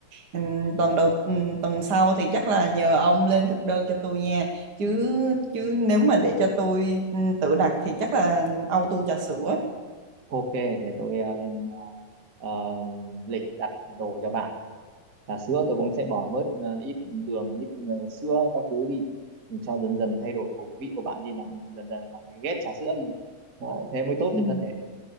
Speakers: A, on the right; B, on the right.
A: ừm, tuần đầu ừm, tuần sau thì chắc là nhờ ông lên thực đơn cho tôi nha chứ chứ nếu mà để cho tôi ừm, tự đặt thì chắc là auto trà sữa
B: ok để tôi ờ, lên ờ, ờ, lịch đặt đồ cho bạn trà sữa tôi cũng sẽ bỏ bớt ờ, ít đường ít ờ, sữa các thứ đi Mình cho dần dần thay đổi khẩu vị của bạn đi bạn dần dần bạn phải ghét trà sữa đi Đấy, thế mới tốt
A: Ừ.
B: cho cơ thể